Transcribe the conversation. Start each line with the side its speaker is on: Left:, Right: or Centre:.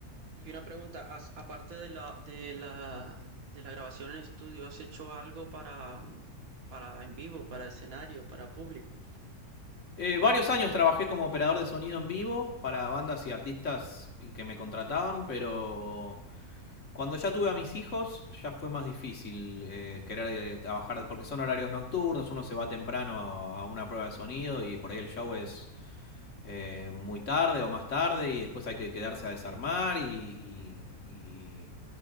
Right: Y una pregunta, ¿has- aparte de la, de la, de la grabación en estudio, ¿has hecho algo para, mm, para en vivo, para escenario, para público?
Left: Eh, varios años trabajé como operador de sonido en vivo para bandas y artistas y que me contrataban, pero cuando ya tuve a mis hijos ya fue más difícil eh, querer eh, trabajar porque son horarios nocturnos, uno se va temprano a una prueba de sonido y por ahí el show es eh, muy tarde o más tarde y después hay que quedarse a desarmar y, y- y